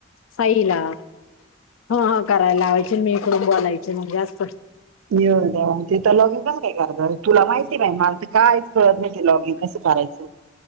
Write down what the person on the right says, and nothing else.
ये देव ते तर लॉगिंग कसं काय करत तुला माहिती नाही मला तर काय कळत नाही लॉगिंग कसं करायचं.